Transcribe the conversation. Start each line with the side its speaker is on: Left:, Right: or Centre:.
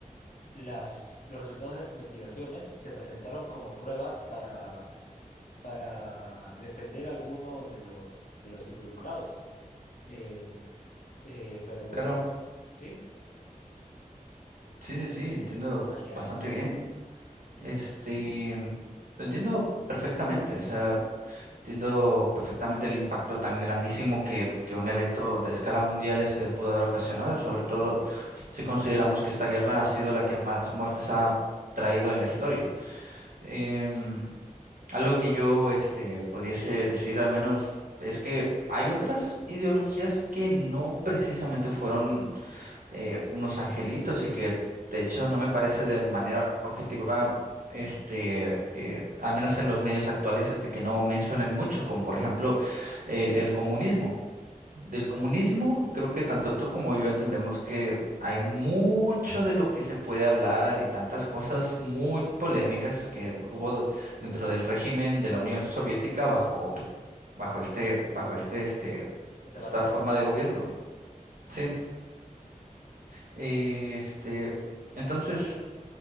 Left: las, los resultados de las investigaciones se presentaron como pruebas para, para defender a algunos de los, de los involucrados. Eh, eh, pero,
Right: Claro,
Left: ¿sí?
Right: sí, sí, sí, entiendo
Left: Ah, ya.
Right: bastante
Left: ya.
Right: bien.
Left: Ujú.
Right: Este, lo entiendo perfectamente, o sea, entiendo perfectamente el impacto tan grandísimo que, que un evento de escala mundial este pudo haber ocasionado, y sobre todo si consideramos que esta guerra ha sido la que más muertes ha traído en la historia. Em, algo que yo este pudiese decir al menos es que hay otras ideologías que no precisamente fueron eh, unos angelitos y que de hecho no me parece de manera objetiva, este, eh, al menos en los medios actuales, este, que no mencionen mucho, como por ejemplo el, el comunismo. Del comunismo creo que tanto tú como yo entendemos que hay mucho de lo que se puede hablar y tantas cosas muy polémicas que hubo
Left: Sí,
Right: dentro del régimen de la Unión Soviética bajo, bajo este, bajo este, este,
Left: esa
Right: esta
Left: manera.
Right: forma de gobierno. Sí. Eh, este, entonces,